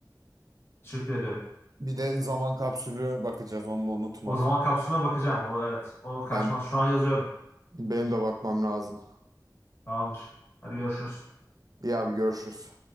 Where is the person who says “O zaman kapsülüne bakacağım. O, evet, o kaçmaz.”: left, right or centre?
Left